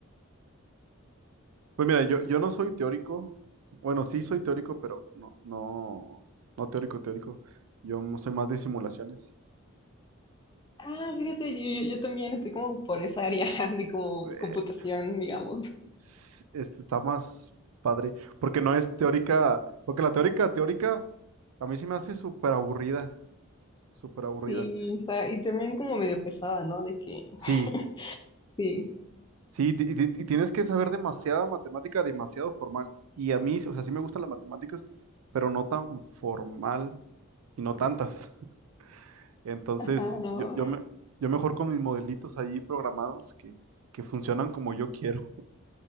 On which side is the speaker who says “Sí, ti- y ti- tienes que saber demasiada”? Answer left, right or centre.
Right